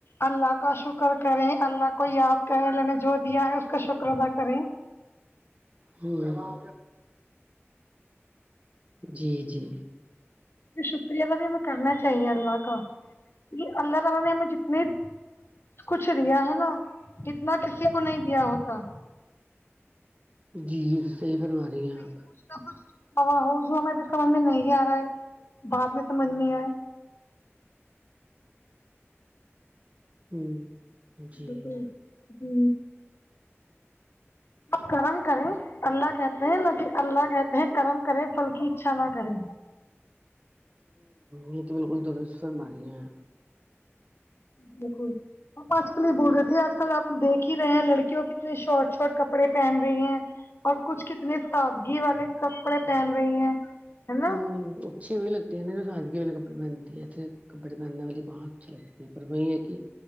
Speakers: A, on the left; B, on the right.
A: اللہ کا شکر شکر کریں اللہ کو یاد کرے اللہ نے جو دیا ہے اس کا شکر ادا کریں
B: ہمم جی جی
A: جی شکریہ میں کرنا چاہیے اللہ کا یہ اللہ تعالی نے ہمیں جتنے کچھ دیا ہے نا اتنا کسی کو نہیں دیا ہوتا
B: جی صحیح فرما رہی ہیں
A: کچھ
B: آپ
A: کچھ ہو جا میں تو سمجھ میں نہیں آ رہا ہے بعد میں سمجھ میں آئے
B: ہوں جی
A: بالکل ہو اب کرم کریں اللہ کہتے ہیں نہ کہ اللہ کہتے ہیں کرم کرے پھل کی اچھا نہ کریں
B: یہ تو بالکل درست فرما رہی ہیں
A: بالکل ہم آج کل یہ بول رہے تھے آج کل آپ دیکھ ہی رہے ہیں لڑکیوں کتنے شارٹ شارٹ کپڑے پہن رہی ہیں اور کچھ کتنے تازگی والے کپڑے پہن رہی ہیں ہے نا
B: ہوں اچھی وہی لگتی ہے نا جو سادگی والے کپڑے پہنتی ہے ای تھے کپڑے پہننے والی کواں اچھی لگتی ہیں پر وہی ہے کہ